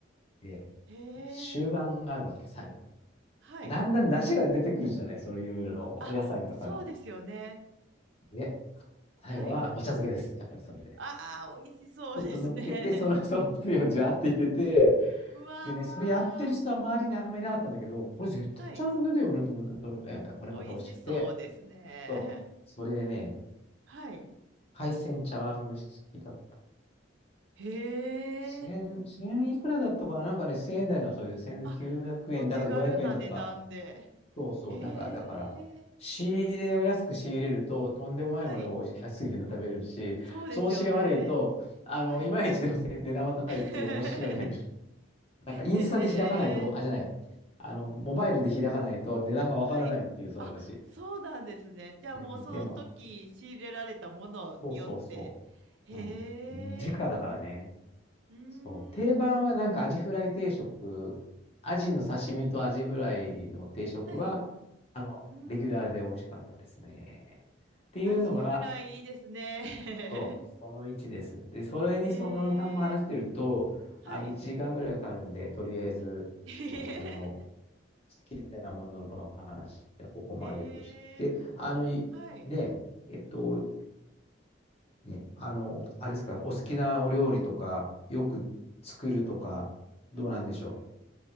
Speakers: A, on the left; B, on the right.
A: で、
B: へ
A: 終盤があるわけ、
B: え、
A: 最後。
B: はい。
A: だんだん出汁が出てくるじゃない、それいろいろお野菜とかの。
B: あ、そうですよね。
A: で、最後はお茶漬けです。
B: はい。
A: やっぱりそれで。
B: ああ、美味しそうですね。
A: ちょっと乗っけて、その、そのつゆをジャーって入れて、
B: <laughs> うわー、
A: でね、それやってる人は周りにあんまりいなかったんだけど、これ絶対茶漬けだよねと思って、
B: はい。
A: どう見てもいやいやこれまた美味しくて、
B: 美味しそうですね。
A: そう、それでね、
B: <laughs> はい。
A: 海鮮茶碗蒸し付きだ
B: へえ、
A: 千、千いくらだったかななんかね、千円台なの、それで1900円だか500円だか。
B: あ、お手軽な値段で。
A: そうそう。
B: へ
A: なんか、だから、
B: え、
A: 仕入れを安く仕入れると、とんでもないものがおいし
B: はい。
A: <laughs> 安いの食べれるし、
B: そうですよね。
A: 調子が悪いと、あの、
B: はい。
A: いまいちでもせ値段は高いっていう面白いね。
B: <laughs>
A: <laughs> なんか、インスタで開かないと、
B: へえ、
A: あ、じゃない。あの、モバイルで開かないと値段がわからないっていう、
B: はい。
A: そのうち。
B: あ、そうなんですね。じゃあもうその時仕入れられたものによって。
A: うん、でも、そうそうそ
B: へえ、
A: う。うん。時価だからね。
B: うーん。
A: そう。定番はなんかアジフライ定食、アジの刺身とアジフライの定食は、
B: はい。
A: あの、
B: うー
A: レギュラーで美味しかったですね。
B: ん。
A: っていうのが、
B: アジフライいいですね。
A: そう、その1です。で、それにそのまんま話してると、
B: <laughs> へえー、はい。
A: あの、1時間ぐらいかかるんで、とりあえず僕の好
B: <laughs> へ
A: きなものの話はここまでとして、
B: え
A: あの、いね、
B: ー、はい。
A: えっと、ね、あの、あれですか、お好きなお料理とか、よく作るとか、どうなんでしょう。
B: うーん。